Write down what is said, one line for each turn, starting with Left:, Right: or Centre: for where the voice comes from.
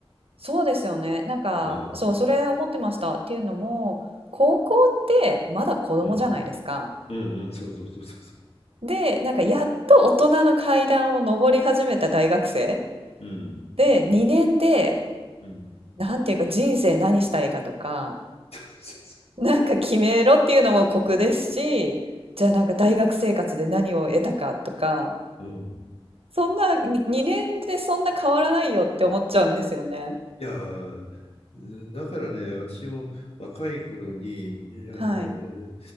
Right: そうですよね。なんか、
Left: うん
Right: そう、それ思ってました。っていうのも、高校ってまだ子供じゃないですか。
Left: うん。うんうん。そうそうそうそうそ
Right: で、なんかやっと大人の階段を上り始めた大学生
Left: う。うん
Right: で、2年で、
Left: うん。
Right: なんていうか人生何したいかとか、
Left: そうそうそ
Right: なんか決めろっていうのも酷ですし、じゃあなんか大学生活で何を得たかとか、
Left: ううん
Right: そんなに2年でそんな変わらないよって思っちゃうんですよね。
Left: いやー、だからね、私も若い頃にあの
Right: はい。